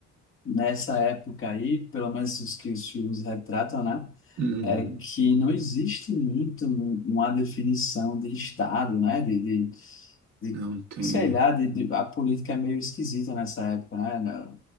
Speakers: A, on the left (about 45°); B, on the right (about 70°).
A: nessa época aí, pelo menos os que os filmes retratam, né?
B: Uhum.
A: É que não existe muito um, uma definição de Estado, né? De, de, de
B: Não tem.
A: sei lá, de, de, a política é meio esquisita nessa época, né?